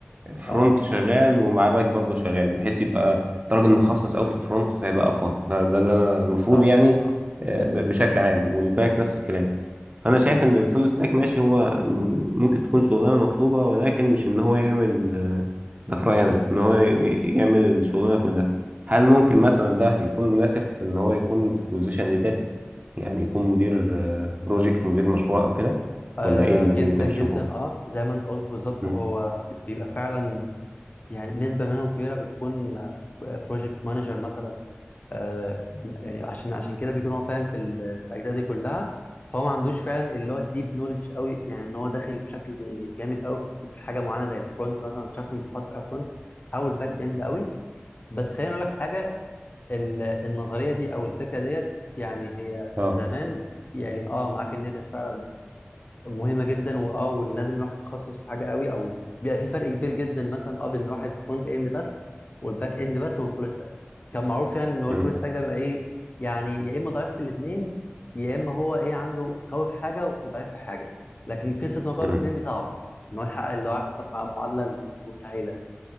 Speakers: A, on the right (about 35°); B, on the left (about 40°).
A: فرونت
B: اه
A: شغال ومعاه باك برضه شغال بحيث يبقى ده راجل مخصص قوي في الفرونت فيبقى اقوى ده, ده اللي انا المفروض
B: صح
A: يعني
B: صح
A: آه،
B: م.
A: ب- بشكل عام والباك نفس الكلام فانا شايف
B: م.
A: ان الفول ستاك ماشي هو م- ممكن تكون شغلانه مطلوبه ولكن مش ان هو يعمل آه، ده في رايي انا
B: مم.
A: ان هو ي- يعمل الشغلانه كلها هل ممكن مثلا ده يكون مناسب في ان هو يكون في بوزيشن اداري يعني يكون مدير آه، بروجكت مدير مشروع او كده
B: آه
A: ولا ايه اللي
B: جدا
A: اللي انت بتشوفه
B: جدا اه زي ما انت قلت بالظبط
A: مم.
B: هو بيبقى فعلا يعني نسبة منهم كبيرة بتكون بروجكت مانجر مثلا آه يعني عشان عشان كده بيكون هو فاهم في, ال- في الاجزاء دي كلها فهو ما عندوش فعلا اللي هو الديب نولج قوي يعني ان هو داخل بشكل جامد قوي في في حاجة معينة زي الفرونت مثلا شخص متخصص قوي فرونت او الباك اند قوي بس خليني اقول لك حاجة ال- النظرية دي او الفكرة ديت يعني هي
A: اه
B: زمان يعني اه معاك ان هي كانت فعلا مهمه جدا واه ولازم الواحد يتخصص في حاجه قوي او بيبقى في فرق كبير جدا مثلا اه بين الواحد فرونت اند بس والباك اند بس والفول ستاك كان معروف يعني ان هو
A: مم.
B: الفول ستاك ده بيبقى ايه يعني يا اما ضعيف في الاثنين يا اما هو ايه عنده قوي في حاجه وضعيف في حاجه لكن قصه انه قوي
A: مم.
B: في الاثنين دي صعبه ان هو يحقق اللي هو عارف انت المعادله المستحيله